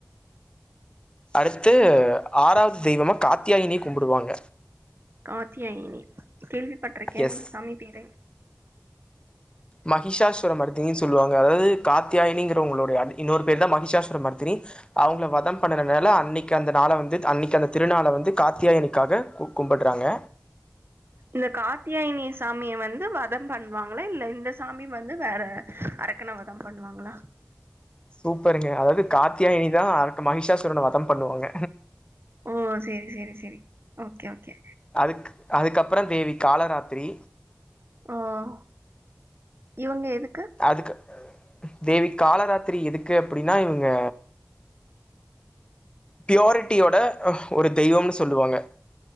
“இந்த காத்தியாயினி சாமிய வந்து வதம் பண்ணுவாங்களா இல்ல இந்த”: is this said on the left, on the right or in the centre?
Right